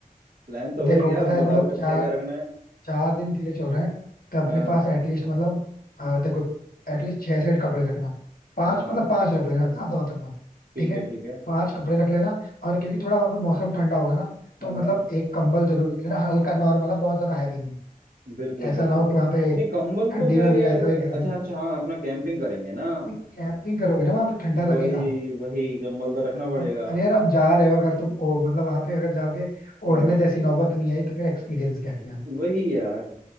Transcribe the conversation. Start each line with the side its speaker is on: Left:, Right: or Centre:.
Right: प्लान तो हो
Left: देखो
Right: ही गया
Left: पता
Right: अब
Left: है
Right: बताओ
Left: मतलब
Right: क्या
Left: चार
Right: क्या रखना है
Left: चार दिन के लिए चल रहे हैं तो अपने
Right: हाँ
Left: पास एटलीस्ट मतलब अ, देखो एटलीस्ट छह सेट कपड़े रखना पांच
Right: हाँ हाँ,
Left: मतलब पांच रख लेना ज्यादा मत रखना
Right: ठीक
Left: ठीक है
Right: है ठीक है
Left: पांच कपड़े रख लेना और क्योंकि थोड़ा वहां पर मौसम ठंडा होगा ना तो
Right: हाँ
Left: मतलब
Right: हाँ
Left: एक कंबल जरूर रख लेना हल्का नॉर्मल है, बहुत ज्यादा हैवी नहीं
Right: बिल्कुल
Left: ऐसा
Right: बिल्कुल
Left: ना हो कि वहां पे
Right: नहीं कंबल
Left: ठंडी
Right: तो खैर
Left: में भी
Right: यार
Left: गए थे वही गर्मी
Right: अच्छा
Left: लग गई
Right: अच्छा हाँ अपना कैंपिंग करेंगे ना
Left: भाई कैंपिंग करोगे ना वहां पे ठंडा
Right: वही
Left: लगेगा
Right: वही कंबल तो रखना पड़ेगा
Left: अब अरे यार अब जा रहे हो अगर तुम ओ मतलब वहां पे अगर जाओगे
Right: हाँ
Left: ओढ़ने जैसी नौबत नहीं आई तो फिर एक्सपीरियंस क्या किया
Right: वही यार